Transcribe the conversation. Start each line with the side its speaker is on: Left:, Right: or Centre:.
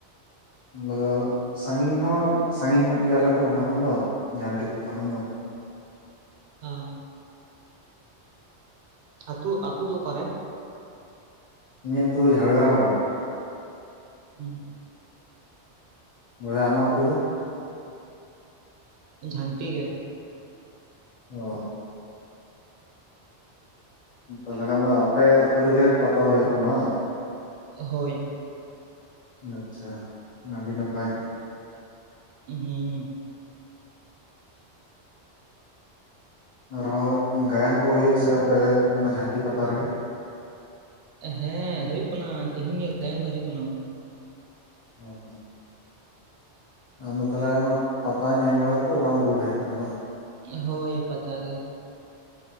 Left: ᱟᱞᱮ ᱫᱚ ᱥᱟᱺᱜᱤᱧ ᱦᱚᱸ ᱥᱟᱺᱜᱤᱧ ᱧᱚᱜ ᱜᱮᱭᱟᱞᱮ ᱛᱚ ᱚᱸᱰᱮ ᱠᱷᱚᱱ ᱫᱚ ᱡᱷᱟᱱᱴᱤ ᱯᱟᱛᱟ ᱠᱷᱚᱱ ᱫᱚ
Right: ᱟ ᱟᱛᱩ, ᱟᱛᱩ ᱫᱚ ᱚᱠᱟᱨᱮ?
Left: ᱤᱧᱟᱹᱜ ᱟᱛᱩ ᱫᱚ ᱡᱷᱟᱲᱜᱨᱟᱢ ᱨᱮ ᱵᱚᱭᱦᱟ
Right: ᱦᱮᱸ
Left: ᱵᱚᱭᱦᱟ ᱟᱢᱟᱜ ᱟᱛᱩ ᱫᱚ?
Right: ᱡᱷᱟᱱᱴᱤ ᱜᱮ
Left: ᱚ ᱛᱟᱞᱦᱮ ᱠᱷᱟᱱ ᱫᱚ ᱟᱯᱮ ᱟᱛᱳ ᱨᱮᱜᱮ ᱯᱟᱛᱟ ᱫᱚ ᱦᱩᱭᱩᱜ ᱠᱟᱱᱟ ᱵᱟᱝ?
Right: ᱦᱳᱭ
Left: ᱟᱪᱪᱷᱟ, ᱟᱰᱤ ᱱᱟᱯᱟᱭ
Right: ᱤᱸᱦᱤᱸ
Left: ᱟᱨᱦᱚᱸ ᱜᱟᱭᱟᱱ ᱠᱚ ᱦᱩᱭᱩᱜᱼᱟ ᱥᱮ ᱟᱯᱮ ᱚᱱᱟ ᱡᱷᱟᱱᱴᱤ ᱯᱟᱛᱟ ᱨᱮᱜᱮ?
Right: ᱦᱮᱸ ᱦᱩᱭᱩᱜ ᱠᱟᱱᱟ ᱛᱤᱦᱤᱧ ᱜᱮ ᱜᱟᱭᱟᱱ ᱫᱚ ᱦᱩᱭᱩᱜ ᱠᱟᱱᱟ
Left: ᱚ ᱟᱢ ᱫᱚ ᱛᱟᱦᱚᱞᱮ ᱚᱱᱟ ᱯᱟᱛᱟ ᱧᱮᱞ ᱵᱟᱲᱟ ᱠᱟᱛᱮ ᱚᱲᱟᱜ ᱮᱢ ᱨᱩᱣᱟᱹᱲ ᱦᱮᱡ ᱟᱠᱟᱱᱟ ᱵᱟᱝ?
Right: ᱦᱳᱭ ᱯᱟᱛᱟ ᱜᱮ